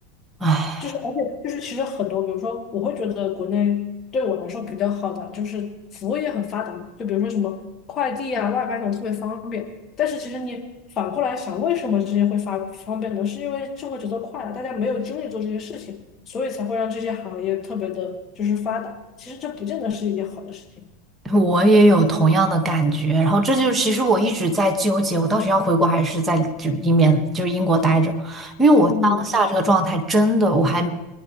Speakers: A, on the right; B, on the left.
A: 唉，
B: 就是，而且就是，其实很多，比如说，我会觉得国内对我来说比较好的，就是服务业很发达嘛，就比如说什么快递啊、外卖那种特别方便。但是其实你反过来想，为什么这些会发方便呢？是因为生活节奏快了，大家没有精力做这些事情，所以才会让这些行业特别的就是发达。其实这不见得是一件好的事情。
A: 我也有同样的感觉，然后这就是其实我一直在纠结，我到底要回国还是在就英面就是英国待着，因为我当下这个状态真的我还
B: 嗯，